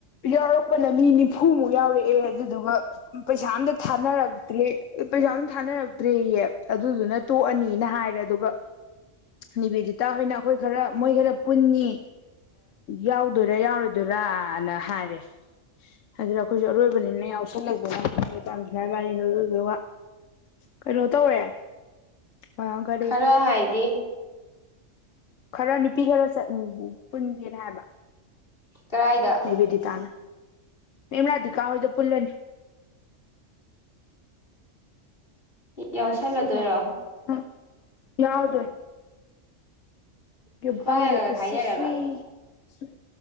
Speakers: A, on the left; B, on the left.
A: ꯌꯥꯎꯔꯛꯄꯅ ꯃꯤ ꯅꯤꯐꯨꯃꯨꯛ ꯌꯥꯎꯔꯛꯑꯦ ꯑꯗꯨꯗꯨꯒ ꯄꯩꯁꯥ ꯑꯝꯇ ꯊꯥꯅꯔꯛꯇ꯭ꯔꯦ ꯄꯩꯁꯥ ꯑꯝꯇ ꯊꯥꯅꯔ ꯇ꯭ꯔꯦꯌꯦ ꯑꯗꯨꯗꯨꯅ ꯇꯣꯛꯑꯅꯤꯅ ꯍꯥꯏꯔꯦ ꯑꯗꯨꯒ ꯅꯤꯕꯦꯗꯤꯇꯥ ꯍꯣꯏꯅ ꯑꯩꯈꯣꯏ ꯈꯔ ꯃꯣꯏ ꯈꯔ ꯄꯨꯟꯅꯤ ꯌꯥꯎꯗꯣꯏꯔꯥ ꯌꯥꯎꯔꯣꯏꯗꯣꯏꯔꯥ ꯍꯥꯏꯔꯦ ꯑꯗꯨꯗ ꯑꯩꯈꯣꯏꯁꯨ ꯑꯔꯣꯏꯕꯅꯤꯅ ꯌꯥꯎꯁꯜꯂꯁꯦ ꯄꯥꯝꯁꯤꯅ ꯋꯥꯅꯤꯗ ꯑꯗꯨ ꯀꯩꯅꯣ ꯇꯧꯋꯦ ꯑꯥ ꯀꯔꯤ
B: ꯈꯔ ꯍꯥꯏꯗꯤ
A: ꯈꯔ ꯅꯨꯄꯤ ꯈꯔ ꯄꯨꯟꯒꯦꯅ ꯍꯥꯏꯕ
B: ꯀꯗꯥꯏꯗ
A: ꯕꯦꯗꯤ ꯇꯅ ꯃꯤꯔꯥꯗꯤ ꯀꯥ ꯑꯣꯏꯣꯏꯗ ꯄꯨꯂꯅꯤ
B: ꯌꯥꯎꯁꯜꯂꯗꯣꯏꯔꯣ
A: ꯃꯠꯁꯨ ꯍ ꯌꯥꯎꯗꯣꯏ <unintelligible> ꯌ
B: ꯂꯨꯄꯥ ꯀꯌꯥꯒ
A: ꯔꯦ ꯏꯁꯁꯨ
B: ꯈꯥꯏꯅꯔꯒ
A: ꯁꯏ